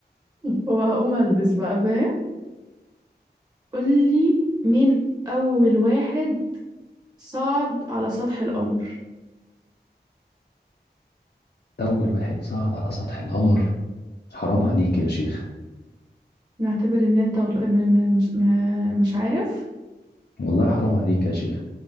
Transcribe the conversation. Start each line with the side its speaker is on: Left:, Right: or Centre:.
Right: وهقوم ألبس بقى فاهم؟ قول لي مين أول واحد صعد على سطح القمر؟
Left: أول واحد صعد على سطح القمر حرام عليك يا شيخ
Right: نعتبر ان انت غل... م... م... مش م... مش عارف
Left: والله حرام عليك يا شيخ